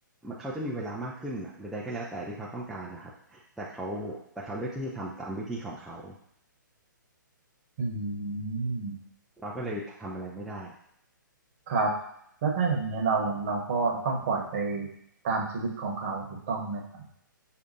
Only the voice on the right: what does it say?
อืม
ครับแล้วถ้าอย่างเงี้ยเราเราก็ต้องปล่อยไปตามชีวิตของเขาถูกต้องไหมครับ